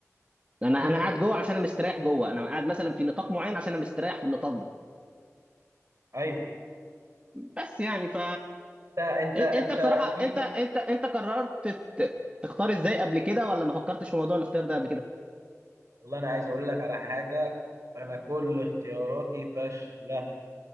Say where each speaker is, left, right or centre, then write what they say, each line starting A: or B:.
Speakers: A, on the right; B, on the right.
A: انا
B: امم
A: انا قاعد جوه عشان انا مستريح جوه انا قاعد مثلا في نطاق معين عشان انا مستريح في النطاق ده
B: ايوه
A: بس يعني ف
B: انت
A: إن-
B: انت
A: انت بصراحه
B: انت في
A: انت انت انت قررت ت- تختار ازاي قبل كده ولا ما فكرتش في موضوع الاختيار ده قبل كده
B: والله انا عايز اقول لك على حاجه انا كل اختياراتي فاشله